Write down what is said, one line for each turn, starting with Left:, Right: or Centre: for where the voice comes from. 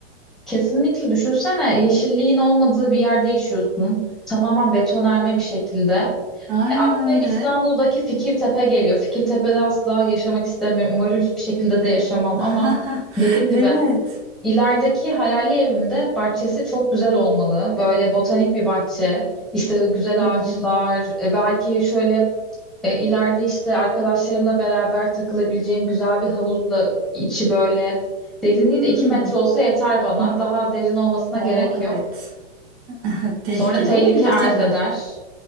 Centre: Kesinlikle düşünsene yeşilliğin olmadığı bir yerde yaşıyorsun. Tamamen betonarme bir şekilde.
Right: Aynen
Centre: E, aklıma
Right: öyle.
Centre: hep İstanbul'daki Fikirtepe geliyor. Fikirtepe'de asla yaşamak istemiyorum. Umarım hiçbir şekilde de yaşamam
Right: <laughs>
Centre: ama dediğim
Right: Evet.
Centre: gibi İlerideki hayali evimde bahçesi çok güzel olmalı. Böyle botanik bir bahçe, işte güzel
Right: Hı hı.
Centre: ağaçlar, e, belki şöyle e, ileride işte arkadaşlarımla beraber takılabileceğim güzel bir havuz da içi böyle. Derinliği
Right: Hmm.
Centre: de 2 metre olsa yeter bana.
Right: Hı.
Centre: Daha derin olmasına
Right: O
Centre: gerek
Right: evet.
Centre: yok.
Right: <laughs> Tehlikeli
Centre: Sonra tehlike
Right: olabilir
Centre: arz
Right: tabii.
Centre: eder.